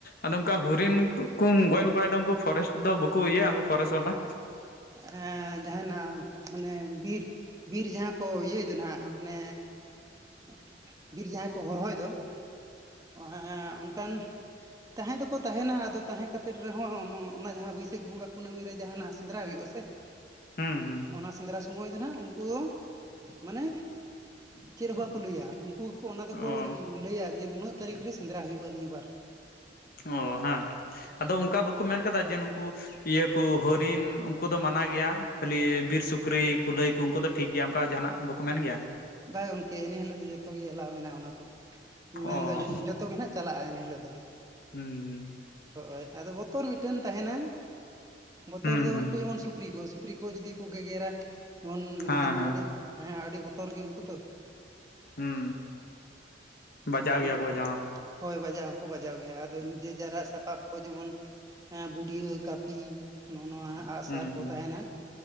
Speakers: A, on the left (about 55°); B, on the right (about 20°).
A: ᱟᱫᱚ ᱚᱱᱠᱟ ᱦᱚᱨᱤᱱ ᱠᱩᱢ ᱜᱚᱡ ᱞᱮᱠᱚ ᱠᱷᱟᱡ ᱫᱚ ᱩᱱᱠᱩ ᱯᱷᱚᱨᱮᱥᱴᱼᱼ ᱫᱚ ᱵᱟᱹᱩᱠ ᱤᱭᱟᱹᱜ-ᱟ ᱯᱷᱚᱨᱮᱥ ᱵᱟᱞᱟ᱾
B: ᱦᱮᱸ ᱡᱟᱦᱟᱸᱭ ᱱᱟᱜᱼᱼ ᱢᱟᱱᱮ ᱵᱤᱨ ᱵᱤᱨ ᱡᱟᱦᱟᱸ ᱠᱚ ᱤᱭᱟᱹᱭ ᱫᱚ ᱱᱟᱦᱟᱸᱜ ᱢᱟᱱᱮᱼᱼ ᱮᱸᱜ ᱵᱤᱨ ᱡᱟᱦᱟᱸᱭ ᱠᱚ ᱦᱚᱨᱦᱚᱭ ᱫᱚ ᱚ ᱦᱮᱸ ᱚᱱᱠᱟᱱᱼᱼ ᱛᱟᱦᱮᱸ ᱫᱚᱠᱚ ᱛᱟᱦᱮᱱᱟ ᱟᱫᱚ ᱛᱟᱦᱮᱸ ᱠᱟᱛᱮᱫ ᱨᱮᱦᱚᱸ ᱚᱱᱟ ᱡᱟᱦᱟᱸ ᱵᱟᱹᱭᱥᱟᱹᱠ ᱵᱚᱸᱜᱟ ᱠᱩᱱᱟᱹᱢᱤ ᱨᱮ ᱡᱟᱦᱟᱸᱱᱟᱜ ᱥᱮᱸᱫᱽᱨᱟ ᱦᱩᱭᱩᱜ-ᱟ ᱥᱮᱼᱼ
A: ᱦᱩᱸ ᱦᱩᱸ
B: ᱚᱱᱟ ᱥᱮᱸᱫᱽᱨᱟ ᱥᱩᱼᱼ ᱥᱩᱢᱟᱹᱭ ᱫᱚ ᱱᱟᱦᱟᱸᱜ ᱩᱱᱠᱩ ᱫᱚ ᱢᱟᱱᱮ ᱪᱮᱫ ᱦᱚᱸ ᱵᱟᱠᱚ ᱞᱟᱹᱭᱟ ᱩᱱᱠᱩᱼᱼ ᱠᱩ ᱚᱱᱟ ᱫᱚᱠᱚ
A: ᱚ
B: ᱞᱟᱹ ᱞᱟᱹᱭᱟ ᱡᱮ ᱱᱩᱱᱟᱹᱜ ᱛᱟᱹᱨᱤᱠᱷ ᱨᱮ ᱥᱮᱸᱫᱽᱨᱟ ᱦᱩᱭᱩᱜ-ᱟ ᱱᱤᱭᱟᱹ ᱵᱟᱨ᱾
A: ᱚ ᱦᱮᱸ ᱟᱫᱚ ᱚᱱᱠᱟ ᱵᱟᱹᱠᱩ ᱢᱮᱱ ᱠᱟᱫᱟ ᱡᱮ ᱱᱩᱠᱩᱼᱼ ᱤᱭᱟᱹ ᱠᱚ ᱦᱚᱨᱤᱱ ᱩᱱᱠᱩ ᱫᱚ ᱢᱟᱱᱟ ᱜᱮᱭᱟ ᱠᱷᱟᱹᱞᱤ ᱵᱤᱨ ᱥᱩᱠᱨᱤ ᱠᱩᱞᱟᱹᱭ ᱠᱩ ᱩᱱᱠᱩ ᱫᱚᱼᱼ ᱴᱷᱤᱠ ᱜᱮᱭᱟ ᱚᱱᱠᱟ ᱡᱟᱦᱟᱸᱱᱟᱜ ᱵᱟᱠᱚ ᱢᱮᱱ ᱜᱮᱭᱟ᱾
B: ᱵᱟ ᱜᱚᱝᱠᱮ ᱤᱱᱟᱹ ᱦᱤᱞᱳᱜ ᱫᱚ ᱡᱚᱛᱚ ᱜᱮ ᱮᱞᱟᱣ ᱢᱮᱱᱟᱜ-ᱟ ᱚᱱᱟ ᱠᱚ
A: ᱚ
B: ᱢᱮᱱᱫᱚ ᱡᱚ ᱡᱚᱛᱚ ᱜᱮ ᱱᱟᱦᱟᱸᱜᱼᱼ ᱪᱟᱞᱟᱜ-ᱟ ᱤᱱᱟᱹ ᱦᱤᱞᱳᱜ ᱫᱚ᱾
A: ᱦᱩᱸ ᱦᱩᱸ᱾
B: ᱦᱚᱜ-ᱳᱭ ᱟᱫᱚ ᱵᱚᱛᱚᱨ ᱢᱤᱫᱴᱮᱱ ᱛᱟᱦᱮᱸᱱᱟ ᱵᱚᱛᱚᱨ
A: ᱦᱩᱸ
B: ᱫᱚ
A: ᱦᱩᱸ
B: ᱩᱱᱠᱩ ᱡᱮᱢᱚᱱ ᱥᱩᱠᱨᱤ ᱥᱩ ᱠᱨᱤ ᱠᱚ ᱡᱩᱫᱤ ᱠᱚ ᱜᱮᱜᱮᱨᱟ ᱡᱮᱢᱚᱱ ᱩᱱ
A: ᱦᱮᱸ
B: ᱮᱠᱫᱚᱢ
A: ᱦᱮᱸ
B: ᱟᱰᱤ ᱦᱮᱸ ᱟᱰᱤ ᱵᱚᱛᱚᱨ ᱜᱮ ᱩᱱᱠᱩ ᱛᱚ᱾
A: ᱦᱩᱸ ᱵᱟᱡᱟᱣ
B: ᱢᱟᱱᱮ
A: ᱜᱮᱭᱟ ᱠᱚ ᱵᱟᱡᱟᱣ ᱦᱚᱸ᱾
B: ᱦᱳᱭ ᱵᱟᱡᱟᱣ ᱦᱚᱸᱠᱚ ᱵᱟᱡᱟᱣ ᱜᱮᱭᱟ ᱟᱫᱚ ᱱᱤᱡᱮ ᱡᱟᱨᱟᱜ ᱥᱟᱯᱟᱵ ᱠᱚ ᱡᱮᱢᱚᱱ ᱦᱮᱸ ᱵᱩᱰᱭᱟᱹ ᱠᱟᱹᱯᱤ ᱱᱚᱜ ᱱᱚᱣᱟ ᱟᱸᱜᱼᱥᱟᱨ
A: ᱦᱚᱸ
B: ᱠᱚ ᱛᱟᱦᱮᱸᱱᱟ